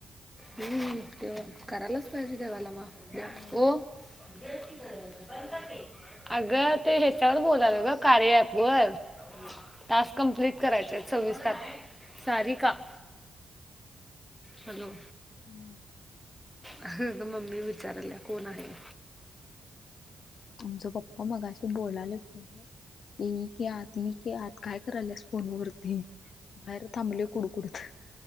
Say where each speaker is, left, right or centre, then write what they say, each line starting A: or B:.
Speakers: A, in the centre; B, on the left.
A: हम करायलाच पाहिजे देवाला माफ
B: होय.
A: हो <unintelligible> अग ते हिच्यावर बोलायला ये ग कार्या ॲपवर टास्क कम्प्लीट करायचे सव्वीस ता सारी का हॅलो..
B: हम.
A: अगंग मम्मी विचारायला कोण आहे.
B: आमचा पप्पा मगाशी बोलाले फोन वर इ की आत इ की आत काय करायलस फोनवरती बाहेर थांबले कुडकुडत